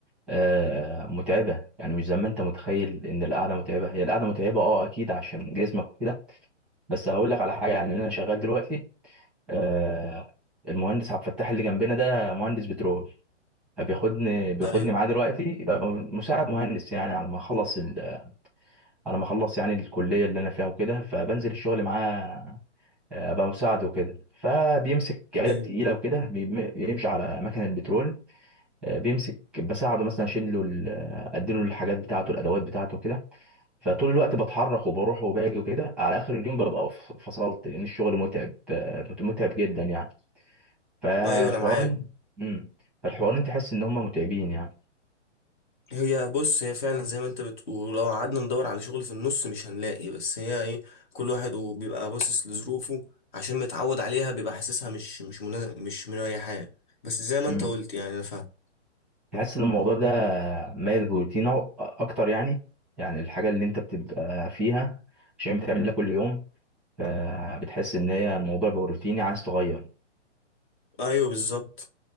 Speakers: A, in the centre; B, on the left.
A: آه، متعبة يعني مش زي ما انت متخيل ان القعدة متعبة هي القعدة متعبة اه اكيد عشان جسمك وكده بس هقول لك على حاجة يعني انا شغال دلوقتي آه، المهندس عبد الفتاح اللي جنبنا ده مهندس بترول فبياخدني بياخدني
B: ايوه
A: معاه دلوقتي يبقى مساعد مهندس يعني على ما اخلص ال- على ما اخلص يعني الكلية اللي انا فيها وكده فبنزل الشغل معاه آه، ابقى مساعد وكده فبيمسك عدد
B: ايوه
A: تقيلة وكده بيم- بيمشي على مكن البترول آه، بيمسك بساعده مثلا اشيل له ال- آه، اديله الحاجات بتاعته الادوات بتاعته كده فطول الوقت بتحرك وبروح وباجي وكده على اخر اليوم ببقى ف- فصلت لان الشغل متعب آه، مت- متعب جدا يعني فالحوار
B: ايوه انا معاك
A: امم فالحوارين تحس ان هم متعبين يعني
B: هي بص هي فعلا زي ما انت بتقول لو قعدنا ندور على شغل في النص مش هنلاقي بس هي ايه كل واحد وبيبقى باصص لظروفه عشان متعود عليها بيبقى حاسسها مش مش منا... مش مريحاه بس زي ما
A: امم
B: انت قلت يعني انا فاهم
A: تحس ان الموضوع ده مايل روتين أو- اكتر يعني يعني الحاجه اللي انت بتبقى فيها عشان بتعملها كل يوم فبتحس ان هي الموضوع بقى روتيني عايز تغير
B: ايوه بالظبط